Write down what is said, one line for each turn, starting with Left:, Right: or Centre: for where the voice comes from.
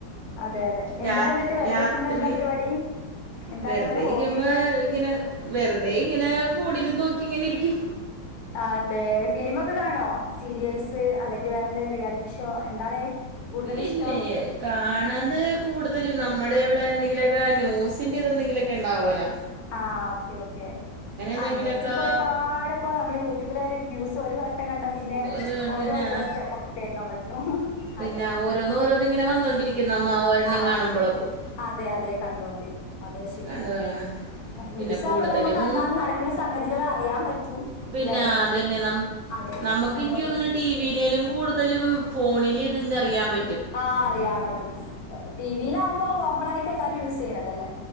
Left: അതെ അതെ എന്താ
Right: രാത്
Left: എന്നിട്ട് വെറുതെ
Right: രാത്രി
Left: ഇരിക്കുമ്പോ എന്താ പരിപാടി എന്താണ്
Right: വെറുതെയിരിക്കുമ്പോ
Left: നിങ്ങളെ ഹോബിയൊക്കെ
Right: ഇങ്ങനെ വെറുതെ ഇങ്ങനെ ഫോണിലും നോക്കി ക്കി ഇങ്ങനെ യിരിക്കും
Left: അതെ സിലിമ ഒക്കെ കാണോ സീരിയൽസ് വേറെ എന്തെങ്കിലും റിയാലിറ്റി ഷോ എന്താണ് കൂടുതൽ
Right: ഇല്ലേ
Left: ഇഷ്ടം
Right: കാണത് കൂടുതൽ നമ്മൾ ടെ ഇവിടെ എന്തെങ്കിലൊക്കെ ന്യൂസിന്റെ ഇത് എന്തെങ്കിലും ഒക്കെ ഉണ്ടാവല്ലോ
Left: ആ ഓക്കേ ഓക്കേ
Right: എന്തെങ്കിലുമൊക്കെ
Left: ആ ന്യൂസ് പ്പ ഒരുപാട് പ്പ മ്മളെ യൂട്യൂബിൽ ആയാലും ന്യൂസ് ഒരു വട് ട്ടം കണ്ടാൽ പിന്നെ
Right: ഒരു
Left: ഓരോ
Right: പിന്നെ
Left: ദിവസത്തെ മ്മക്ക് കേൾക്കാൻ പറ്റും
Right: പിന്നെ
Left: അതെ
Right: ഓരോന്ന് ഓരോന്ന് ഇങ്ങനെ വന്നോണ്ടിരിക്കും നമ്മ ഒരെണ്ണം
Left: ആ
Right: കാണുമ്പോഴേക്കും
Left: അതെ അതെ കണ്ടോണ്ടിരിക്കും അതെ ശരിയാണ്
Right: കണ്ടതാ പിന്നെ
Left: ന്യൂസ്
Right: കൂടുതലും
Left: ആകുമ്പോ നമുക്ക് അന്നാന്ന് നടക്കുന്ന സംഗതികൾ അറിയാൻ പറ്റും
Right: പിന്നെ
Left: ല്ലെ
Right: അതന്നെ നമ്
Left: അതെ
Right: നമുക്ക്
Left: സമൂഹത്തിൽ
Right: എനിക്ക് തോന്നുന്നു ടി വി യിലേലും കൂടുതലും ഫോണി ലിത് ന്നറിയാംപ
Left: ആ അറിയാൻ പറ്റും ടിവിയിൽ ആവുമ്പോ കോമൺ ആയിട്ട് എല്ലാരും യൂസ്- ചെയ്യണതല്ലേ